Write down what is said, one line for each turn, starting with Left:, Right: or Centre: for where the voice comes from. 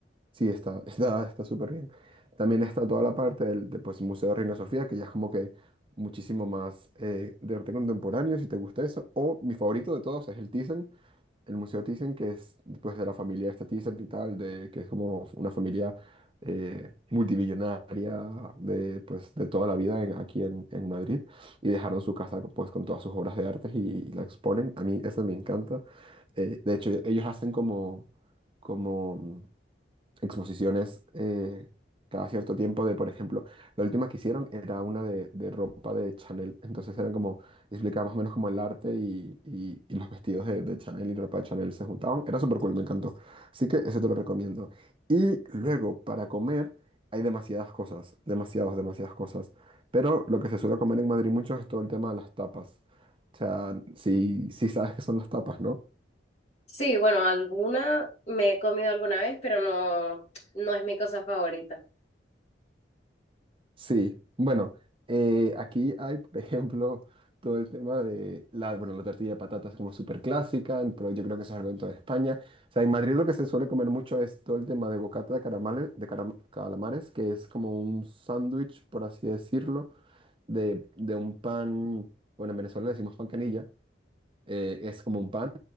Right: Sí, está, <laughs> está, está súper bien. También está toda la parte del de, pues, Museo de Reina Sofía, que ya es como que muchísimo más eh, de arte contemporáneo, si te gusta eso. O mi favorito de todos es el Thyssen, el Museo Thyssen, que es pues, de la familia esta Thyssen y tal, de, que es como una familia eh, multimillonaria de, pues, de toda la vida en- aquí en, en Madrid. Y dejaron su casa pues, con todas sus obras de arte y, y la exponen. A mí eso me encanta. Eh, de hecho, ellos hacen como... como exposiciones eh, cada cierto tiempo de, por ejemplo, la última que hicieron era una de, de ropa de Chanel, entonces eran como, explicaba más o menos como el arte y, y- y los vestidos de, de Chanel y ropa de Chanel se juntaban, era súper cool, me encantó, así que eso te lo recomiendo. Y luego, para comer, hay demasiadas cosas, demasiadas, demasiadas cosas, pero lo que se suele comer en Madrid mucho es todo el tema de las tapas, o sea, si, si sabes qué son las tapas, ¿no?
Left: Sí, bueno, alguna me he comido alguna vez, pero no, no es mi cosa favorita.
Right: Sí, bueno, eh, aquí hay, por ejemplo, todo el tema de la, bueno, la tortilla de patatas como súper clásica, pero yo creo que eso es algo en toda España. O sea, en Madrid lo que se suele comer mucho es todo el tema de bocata de caramales, de caram- calamares, que es como un sándwich, por así decirlo, de, de un pan, bueno, en Venezuela le decimos pan canilla, eh, es como un pan